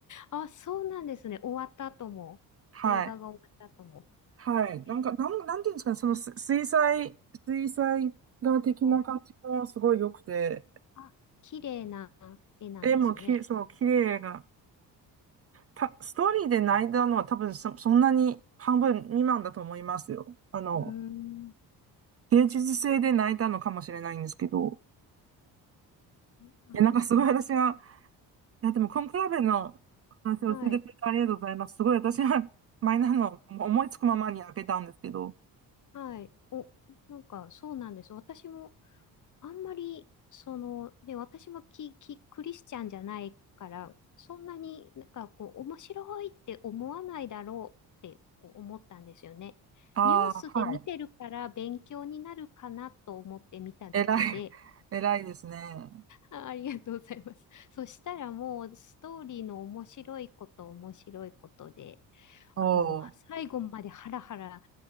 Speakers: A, on the left; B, on the right.
A: あ、そうなんですね。終わった後も、
B: はい。
A: 映画が終わった後も。
B: はい。
A: えー
B: なんか、なん、なんていうんですかね、そのす水彩、水彩画的な感じもすごい良くて、
A: と、あ、綺麗な絵なんですね。
B: 絵もき、そう、綺麗が、た、ストーリーで泣いたのは多分そ、そんなに半分未満だと思いますよ。あの、
A: うーん、
B: 芸術性で泣いたのかもしれないんですけど、
A: そうなんですね。
B: いや、なんかすごい私が、いや、でも、コンクラベの話を教えてくれてありがとうございます。
A: はい、
B: すごい私は <laughs> マイナーの思いつくままに開けたんですけど、
A: はい。お、なんか、そうなんです。私もあんまり、その、で、私もキ、キ、クリスチャンじゃないから、そんなになんかこう、面白いって思わないだろうってこう思ったんですよね。
B: ああ、
A: ニュースで見てるから勉強になるかなと思って見ただけで、
B: はい。偉い、<laughs> 偉いですね。
A: あありがとうございます。そしたらもうストーリーの面白いこと面白いことで、
B: おー。
A: あの、最後までハラハラ